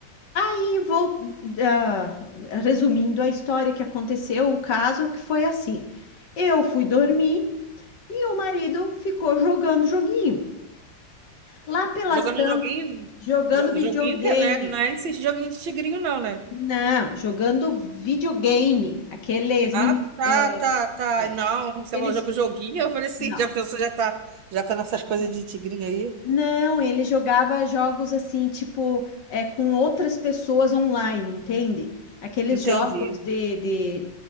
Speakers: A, on the left; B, on the right.
A: E vou, ah, resumindo a história que aconteceu, o caso que foi assim. Eu fui dormir e o marido ficou jogando joguinho. Lá pelas
B: Jogando
A: tantas,
B: joguinho,
A: jogando
B: jo-
A: videogame.
B: joguinho que, né? Não é esse joguinho de tigrinho, não, né?
A: Não, jogando videogame. Aqueles
B: Ah,
A: mini,
B: tá,
A: é,
B: tá, tá.
A: é,
B: Não, você
A: aqueles,
B: falou jogo joguinho, eu falei <laughs> assim,
A: não.
B: já pensou, já tá, já tá nessas coisas
A: é,
B: de tigrinho aí?
A: Não, ele jogava jogos assim, tipo, é, com outras pessoas online, entende? Aqueles
B: Entendi,
A: jogos de, de,